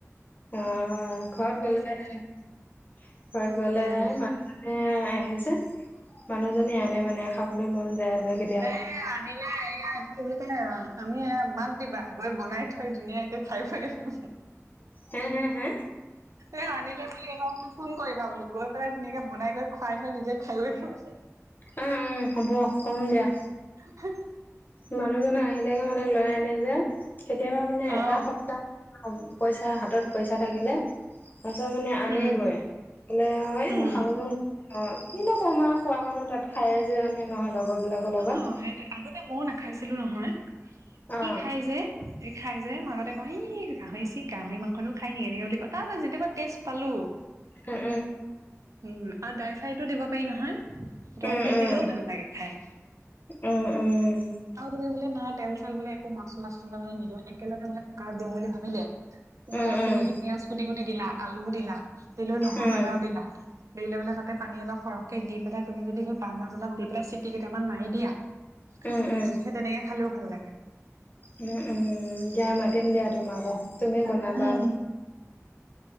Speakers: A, on the left; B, on the right.
A: অ', ঘৰত গলেহে
B: চাবা
A: ঘৰত গ'লেহে
B: উম
A: মা এ আহে যে, মানুহজনী আনে মানে, খাবলৈ মন যায় কে
B: এই আনিলে এইয়া <unintelligible> আমি মাত দিবা, গৈ বনাই থৈ ধুনীয়াকে খাই বৈ আহিম।
A: হে, হে, হা?
B: এ আনিলে বুলি, এ ফোন কৰিা বোলো, গৈ পেলাই ধুনীয়াকে বনাই কৰি খুৱাই থৈ, নিজেও খাই আহিম।
A: উম, উম, হ'ব, ক'ম দিয়া।
B: হুহ।
A: মানুহজনে আহিলেই মানে লৈ আনে যে, কেতিয়াবা মানে এটা
B: অ
A: সপ্তাহ পইচা, হাতত পইচা থাকিলে তাৰপিছত মানে আনেগৈ,
B: উম
A: লে, এই
B: উম
A: খাব মন অ', কিনো কম আৰু, খোৱা মানুহ তাত খায় যে। নহয়, লগৰ বিলাকৰ লগত
B: অ', সেইটোৱেই, আগতে ময়ো নাখাইছিলোঁ নহয়,
A: অ
B: ই খাই যে। সি খাই যে, মই আগতে কওঁ, ই গাহৰি চি, গাহৰি মাংসনো খাই নি? এনেকে বুলি কওঁ। তাৰছ যেতিয়াবা তেজ পালো
A: উম
B: উম আৰু ড্ৰাই ফ্ৰাইতটো দিব পাৰি নহয় ড্ৰাই
A: উম
B: ফ্ৰাই
A: উম
B: দিলেও ভাল লাগে খাই
A: উম উম
B: আৰু তুমি নাই তেল চাই বোলে একো মাচলা চচলা বুলি নিদিওঁ একেলগে মানে কুকাত দিম বুলি ভাবিলে কুকাৰত
A: উম উম
B: তুমি সেই পিয়ঁয়াজ কুটি কুটি দিলা আলুও দিলা তে লৈ নহৰু
A: উম উম উম
B: আদাও দিলা দেৰি লৈবলে তাতে পানী অলপ সৰহ দি পেলাই তুমি যদি সেই বান্ জ্বলপ দি পেলাই চিটি কেইটামান মাৰি দিয়া তাৰ
A: উম উম
B: পিছত সেই তেনেকে খালেও ভাল লাগে
A: উম উম দিয়া মাতিম দিয়া তোমাকো তুমি বনাবা
B: উম